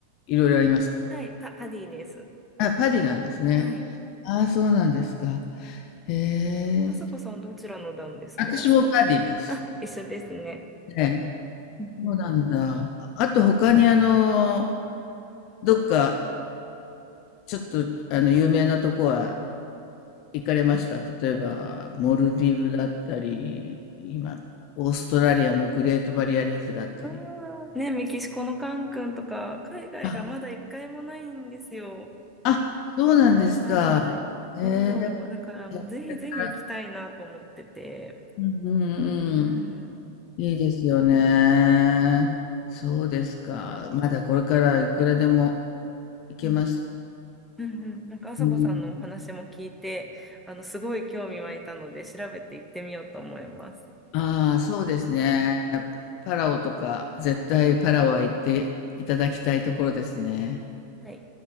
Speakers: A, on the left; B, in the centre.
A: いろいろありますけど。
B: はい。パ、パディです。
A: あ、パディなんですね。
B: はい。
A: ああ、そうなんですか。へ
B: あさこさんどちらの団ですか
A: え、私もパディです。
B: あ、一緒ですね。
A: ええ、
B: うんうん
A: そうなんだ。ああと他にあの、
B: うん。
A: どっか、ちょっとあの、有名なとこは行かれました例えば、モルディブだったり、今、オーストラリアのグレートバリアリーフだったり。
B: あーね、メキシコのカン君とか、海外がまだ一回もないんですよ。
A: あ、あ、そうなんですか。
B: はい。そう。
A: ええ、こ
B: だからもうぜひぜひ行きたいなと思ってて。
A: れからうんうんうん。
B: うん。
A: いいですよね。そうですか。まだこれからいくらでも行けます。
B: うん。うんうん。なんか、あさこさんのお話も聞いて、
A: うん
B: あの、すごい興味湧いたので、調べて行ってみようと思います。
A: ああ、そうですね。パラオとか、絶対パラオは行っていただきたいところですね。
B: はい。